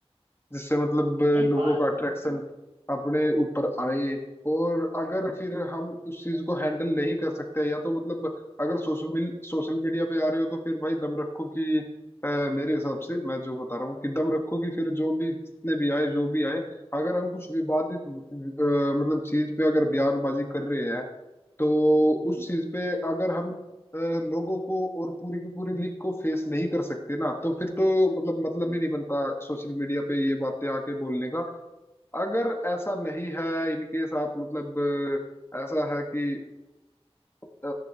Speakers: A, on the left (about 20°); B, on the right (about 75°).
A: जिससे मतलब
B: नहीं
A: लोगों
B: बात
A: का अट्रैक्शन
B: हम्म,
A: अपने ऊपर आए और अगर फिर हम उस चीज को हैंडल नहीं कर सकते या तो मतलब अगर सोशल मिल, सोशल मीडिया पे आ रहे हो तो फिर भाई दम रखो कि अ, मेरे हिसाब
B: हम्म,
A: से मैं जो बता रहा हूँ कि दम रखो कि फिर जो भी जितने भी आए जो भी आए अगर हम कुछ विवादित अ,
B: हम्म,
A: मतलब चीज पे अगर बयानबाजी कर रहे हैं तो
B: हम्म,
A: उस चीज पे अगर हम अ, लोगों को और पूरी की पूरी लीग को फेस नहीं कर सकते ना तो फिर तो मतलब मतलब
B: हम्म,
A: ही नहीं बनता सोशल मीडिया पे ये बातें आके बोलने का अगर ऐसा नहीं है इनकेस आप मतलब अ, ऐसा है कि अ,